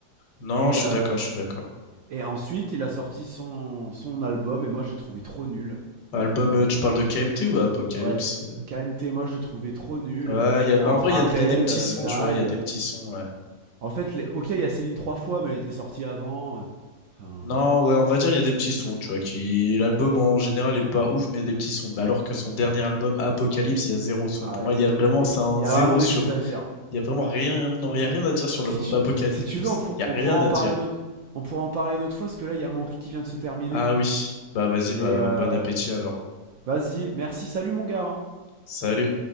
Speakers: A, on the left (about 75°); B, on the right (about 70°).
A: Non,
B: Et,
A: je
B: euh,
A: suis d'accord, je suis d'accord.
B: et ensuite, il a sorti son, son album et moi, je l'ai trouvé trop nul.
A: Album,
B: Euh,
A: euh,
B: le,
A: tu parles de KMT ou Apocalypse?
B: ouais, KMT, moi, je l'ai trouvé trop nul.
A: Ouais,
B: Euh,
A: il y a,
B: Il
A: bah
B: y a Rappel,
A: en vrai, il y a, il y a des petits
B: euh,
A: sons,
B: Die.
A: tu vois, il y a des
B: euh.
A: petits sons, ouais.
B: En fait, les, ok, il y a Céline trois fois, mais elle était sortie avant. euh. Enfin,
A: Non, ouais, on va dire il y a des petits sons, tu vois, qui l'album en général est pas ouf, mais il y a des petits sons. Mais alors que son dernier album, Apocalypse, il y a zéro son.
B: ah
A: Pour
B: ouais,
A: moi, il y a vraiment,
B: il y, a des-
A: c'est un
B: il y
A: zéro
B: a vraiment des
A: sur.
B: choses à dire.
A: Il y a vraiment rien, non, il y a rien à dire sur
B: Si
A: l'album
B: tu,
A: Apocalypse.
B: si tu veux, on, pour-
A: Il y
B: on
A: a rien
B: pourra en
A: à
B: parler
A: dire.
B: une autre, on pourra en parler une autre fois, parce que là, il y a mon riz qui vient de se terminer.
A: Ah oui, bah vas-y,
B: Mais
A: bah
B: euh,
A: bon appétit alors. hein.
B: vas-y, merci, salut mon gars. hein.
A: Salut.